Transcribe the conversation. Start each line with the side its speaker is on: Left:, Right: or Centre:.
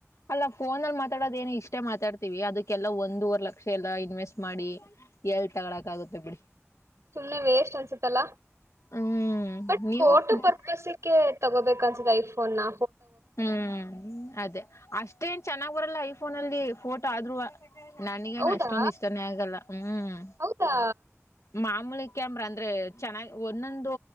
Left: ಅಲ್ಲ ಫೋನ್ಲ್ಲಿ ಮಾತಾಡೋದ ಏನು ಇಷ್ಟ ಮಾತಾಡ್ತ ಅದಕ್ಕೆಲ್ಲ ಒಂದೂವರ್ ಲಕ್ಷ ಪಕ್ಷೆ ಎಲ್ಲ ಇನ್ವೆಸ್ಟ್ ಮಾಡಿ ಎಲ್ ತಗಳಕ್ ಆಗುತ್ತೆ ಬಿಡಿ
Right: ಸುಮ್ನೆ ವೇಷ್ಟ್ ಅನ್ಸುತ್ತಲ್ಲ
Left: ಹ್ಮ್
Right: ಬಟ್
Left: ನೀವು
Right: ೋಟೋ
Left: ಹ್ಮ್
Right: ಪರ್ಪಸ್ ತಗೋ ತಗೋಬೇಕು ಅನ್ಸುತ್ತೆ ಐಫೋನ್ ನಾ
Left: ಹ್ಮ್ ಅದೇ ಅಷ್ಟೇ ನ್ ಚೆನ್ನಾಗ್ ಬರಲ್ಲ ಐಫೋನ್ ಫೋನಲ್ಲಿ ಫೋಟೋ ಆದ್ೂ ನನಗೇನು
Right: ಹೌದಾ
Left: ಅಷ್ಟೊಂದ ಇಷ್ಟಾನೇ ಆಗಲ್ಲ ಹ್ಮ್
Right: ಹೌದಾ
Left: ಮಾಮೂಲಿ ಕ್ಯಾಮ್ರಾ ಅಂದ್ರೆ ಚೆನ್ನಾಗಿ್ ಒಂದೊಂದು ದು